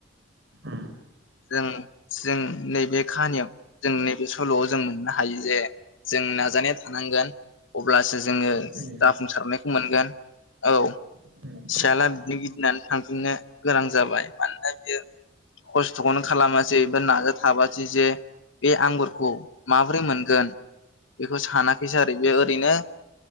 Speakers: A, on the right; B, on the left.
A: उम
B: जों जों नैबे खाहानियाव जों नैबे
A: उम
B: सल'आव जों मोननो
A: उम
B: हायो जे जों नाजानाया थानांगोन अब्लासो जोंङो
A: उम
B: जाफुंसारनायखौ मोनगोन औ
A: उम।
B: सियाला बिदिनो गिदिंनानै थांफिननो गोनां जाबाय। मानोना बियो खस्थ'खौनो खालामासै नाजाथाबासै जे बे आंगुरखौ माबोरै मोनगोन बेखौ सानाखैसै आरो बेयो ओरैनो